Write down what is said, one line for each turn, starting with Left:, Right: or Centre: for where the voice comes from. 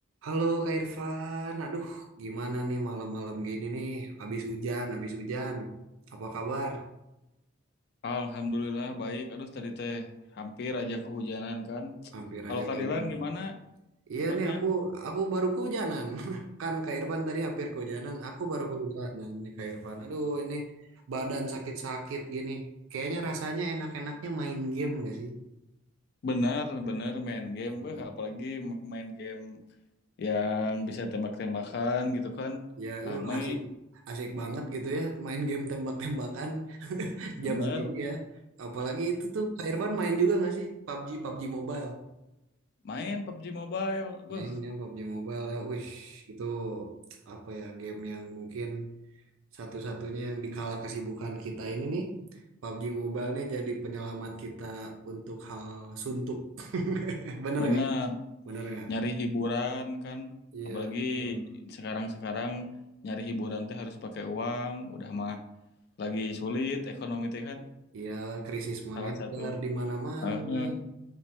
Right: Halo Kak Irfan, aduh gimana nih malam-malam gini nih, habis hujan, habis hujan. Apa kabar?
Left: Alhamdulillah baik. Aduh tadi teh hampir aja kehujanan kan.
Right: Hampir
Left: Kalau
Right: aja
Left: Kadilan
Right: kehujanan.
Left: gimana
Right: Iya
Left: kabarnya?
Right: nih aku aku baru kehujanan. <laughs> Kan Kak Irfan tadi hampir kehujanan, aku baru kehujanan nih Kak Irfan. Aduh ini badan sakit-sakit gini. Kayaknya rasanya enak-enaknya main game gak sih?
Left: Bener, bener main game.
Right: Main game.
Left: Eh, apalagi m- main game yang bisa tembak-tembakan gitu kan.
Right: Ya
Left: Rame,
Right: itu asik asik banget gitu ya main game tembak-tembakan <laughs>
Left: bener.
Right: jam segini ya. Apalagi itu tuh Kak Irfan main juga gak sih PUBG PUBG Mobile?
Left: Main PUBG Mobile. Wah,
Right: Mainnya PUBG Mobile ya, wish itu apa ya game yang mungkin satu-satunya yang dikala kesibukan kita ini nih PUBG Mobile nih jadi penyelamat kita untuk hal suntuk. <laughs> Bener
Left: bener.
Right: nggak? Bener nggak?
Left: Nyari hiburan kan.
Right: Iya,
Left: Apalagi
Right: betul.
Left: sekarang-sekarang nyari hiburan teh harus pakai uang. Udah mah lagi sulit ekonomi teh kan.
Right: Iya, krisis moneter
Left: Salah satu
Right: di mana-mana.
Left: Heeh,